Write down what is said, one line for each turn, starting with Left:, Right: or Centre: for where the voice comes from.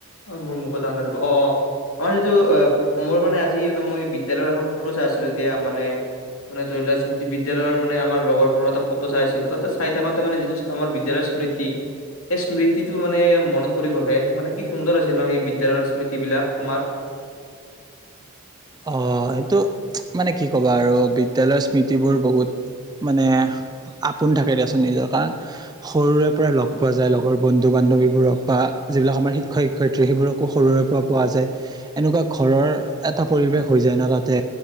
Left: অ' মোৰ মুখত আহা নাই ৰ'বা, অ' অ' আমাৰ যিটো অ' মোৰ মানে আজি মই বিদ্যালয়ৰ এখন ফটো চাই আছিলো দিয়া। মানে মানে ধৰি লোৱা স্মৃতি বিদ্যালয়ৰ মানে আম লগৰবোৰৰ এটা ফটো চাই আছিলো, ততে চাই থাকোতে মানে যিটো আমাৰ বিদ্যালয় স্মৃতি। সেই স্মৃতিটো মানে মনত পৰি গ'ল হে', মানে কি সুন্দৰ আছিল ন সেই বিদ্যালয়ৰ স্মৃতি বিলাক তোমাৰ।
Right: অ' সেইটো মানে কি ক'বা আৰু বিদ্যালয়ৰ স্মৃতিবোৰ বহুত মানে আপোন থাকে দিয়াচোন নিজৰ। কাৰণ সৰুৰে পৰাই লগ পোৱা যায় লগৰ বন্ধু বান্ধৱীবোৰক, বা যিবিলাক আমাৰ শিক্ষয়িত্ৰী শিক্ষয়ত্ৰী সেইবোৰকো সৰুৰে পৰা পোৱা যায়, এনেকুৱা ঘৰৰ এটা পৰিৱেশ হৈ যায় ন তাতে।